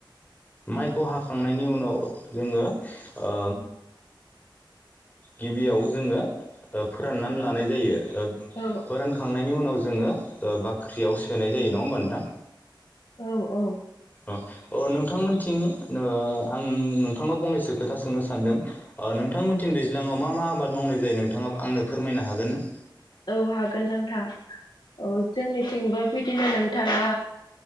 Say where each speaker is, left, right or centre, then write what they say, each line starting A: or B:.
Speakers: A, on the left; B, on the left.
A: माइखौ हाखांनायनि उनाव जोङो ओ गिबियाव जोङो फोराननानै लानाय जायो।
B: औ
A: फोरानखांनायनि उनाव जोङो बाख्रियाव सोनाय जायो नङा होमबा नोंथां?
B: औ औ।
A: अ नोंथांमोनथिं ओ आं नोंथांनाव फंनैसो खोथा सोंनो सानदों। अ नोंथांमोनथिं दैज्लाङाव मा मा आबाद मावनाय जायो नोंथाङा आंनो फोरमायनो हागोन ना?
B: औ हागोन नोंथां। औ जोंनिथिंबो बिदिनो नोंथाङा